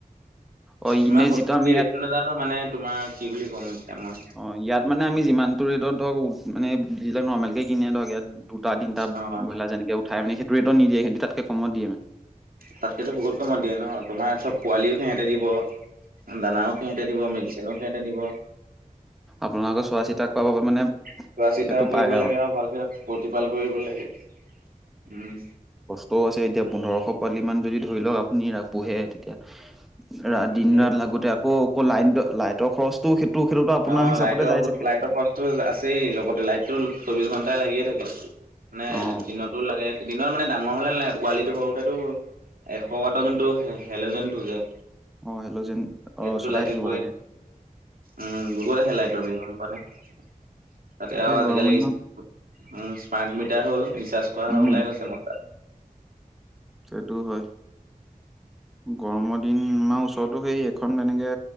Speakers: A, in the centre; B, on the right (about 75°).
A: অ
B: ইমান
A: এনে
B: সঠিকে
A: যিটো আমি ইয়াত
B: ৰেটটো নোজানো মানে তোমাৰ কি বুলি ক'ম এতিা মই
A: অ ইয়াত মানে আমি যিমান টো ৰেটত ধৰক মানে যিবিলাক নৰ্মেল কেে কনে ধৰক ইয়াত তিনিটা
B: অ'।
A: ব্ৰলাৰ যেনেক উাই মানে সেইটো ৰেত নিিয়ে সন্তু তাতকে কম দিয় মানে
B: তাতকেতো বহুত কমত দিয়ে ন তোমাৰ চব পোৱালিও সিহতে দিব দানাও সিহঁতে দিব মেডিচিনো সিহঁতে দিব
A: আপোনালোকৰ চোৱা চিতা কৰা মানে
B: চোৱা চিতা
A: সেইটো
B: কৰিব
A: পায়
B: লাগে আৰু ভালকে প্ৰতিপাল কৰিব লাগে উম
A: ত আছে এতিয়া পোন্ধৰশ পোৱালি মান যদি ধৰি লওক আপুনি পোহে তেতিয়া ৰা দিন
B: সেইটোৱে
A: ৰাত লাগোতে আকৌ আকৌ লাইন লাইটৰ খৰচ তো সেইটো সেইটোো আপোনাৰ
B: অ
A: হিচাপতে
B: লাইটৰ
A: যাই চাগে
B: লাইটৰ খৰচটো আছেই লগতে লাইটটোো চৌবিশ ঘণ্টাই লাগিয়ে থাকে মানে
A: অ
B: দিনতো লাগে দিনত মানে ডাঙৰ হলে নালাগে পোৱালিটো সৰুতেতো এশ ৱাটৰ যোনটো হে হেল'যেনটো যে
A: অ হেল্ল'যেন
B: সেইটোতো
A: অ চলাই
B: লাগিবই
A: থাকিব লাগে
B: উম বহুত আহে লাইটৰ বিল গম পোৱানে তাতে
A: তাকে
B: আৰু আজিকালি
A: গৰমৰ দিনত
B: উম স্মাৰ্ট মিটাৰ হ'ল ৰিচাৰ্জ কৰা
A: উম
B: ওলাই গৈছে মজা
A: হেতু হয় গৰমৰ দিন আমাৰ ওচৰতো সেই এখন এনেকে